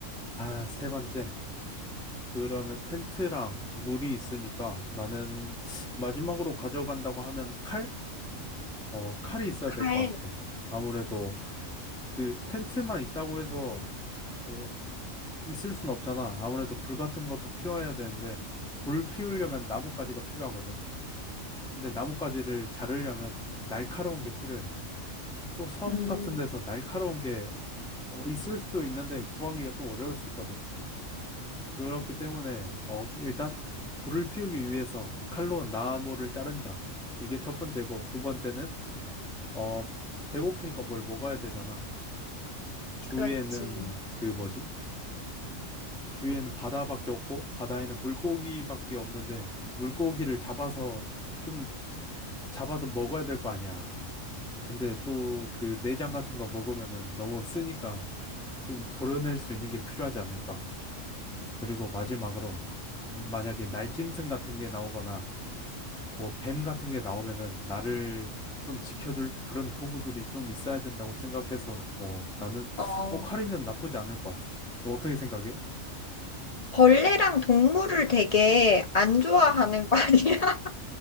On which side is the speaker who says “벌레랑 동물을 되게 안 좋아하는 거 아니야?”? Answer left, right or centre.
Left